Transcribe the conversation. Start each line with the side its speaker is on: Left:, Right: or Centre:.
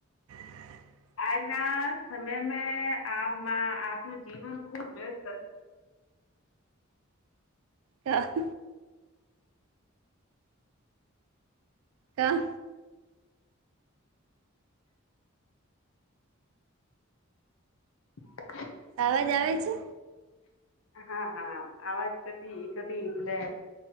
Right: <inaudible>
Left: આજના સમય મે આમાં આપનું જીવન ખુબ વ્યસ્ત.
Right: હા. કા.
Left: <inaudible>
Right: અવાજ આવે છે
Left: હા હા આવાજ કરતી એક હતી એટલે